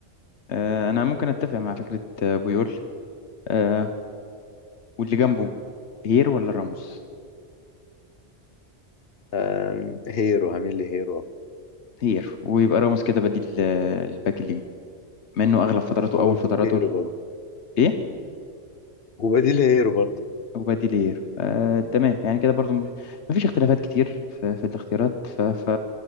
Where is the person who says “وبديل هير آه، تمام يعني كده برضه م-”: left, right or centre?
Left